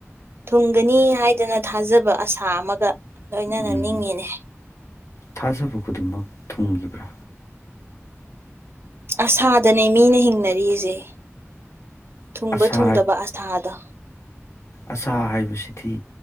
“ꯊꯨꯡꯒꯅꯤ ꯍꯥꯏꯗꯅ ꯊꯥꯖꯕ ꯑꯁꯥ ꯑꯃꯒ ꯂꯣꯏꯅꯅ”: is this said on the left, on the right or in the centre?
Right